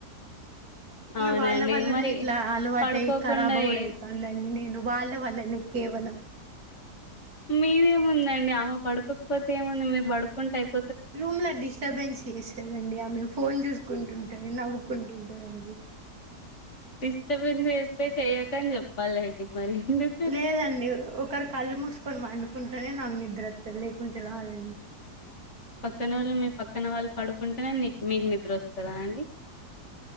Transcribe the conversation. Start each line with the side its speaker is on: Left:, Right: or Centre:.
Right: ఇక
Left: అవునండి.
Right: వాళ్ళ వల్లనే
Left: మరి
Right: ఇట్లా అలవాటయ్
Left: పడుకోకుండా
Right: కరబ్బావుడు
Left: ఏ
Right: అవుతుందండీ నేను వాళ్ళ వల్లనే కేవలం
Left: మీరేముందండి ఆమె పడుకోకపోతే ఏముంది మీరు పడుకుంటే అయిపో
Right: రూమ్ లో డిస్టర్బెన్స్ చేస్థాదండి ఆమె ఫోన్ చూసుకుంటుంటంది, నవ్వుకుంటుంటందాండి.
Left: డిస్టర్బెన్స్ చేస్తే చెయ్యకని చెప్పాలండి మరి ఎందుకు
Right: లేదండి ఒకరు కళ్ళు మూసుకొని పండుకుంటేనే నాకు నిద్రోత్తది లేకుంటే రాదండి.
Left: పక్కన వాళ్ళు మీ పక్కన వాళ్ళు పడుకుంటేనే మీకు నిద్ర వస్తుందా అండి.